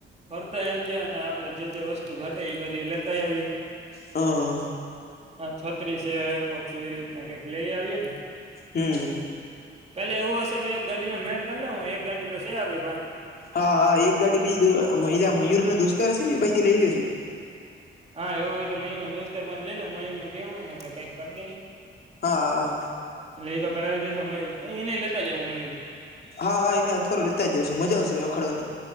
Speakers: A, on the right; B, on the left.
A: ફરતાય આવીજે અને આપડે જે જે વસ્તુ ઘટે એ પછી લેતા આવીએ
B: હમ
A: હ છત્રીસ રેકો છે એવી રીતના કઈક લઈ આવીએ ને
B: હમ
A: <inaudible> પેલે એવું હશે તો એક ગાડીનો મેળ કરી લઉ હ એક ગાડી તો છે આપડી પાસે
B: હા હા એક ગાડી બીજી મયુર દોસ્તો રહેશે નેથી લઈ લેશું
A: હા એવું હોય તો મ ના દોતાર પા લઈ લ મને કેહવયને કઈક કરો નહીં
B: હા
A: એટલે એ તો કરાવી દેશ અમેયાઈ એને લેતા જ હું મે
B: હા હા એને થો લેતા જશે મજા આવશે રખાડવાની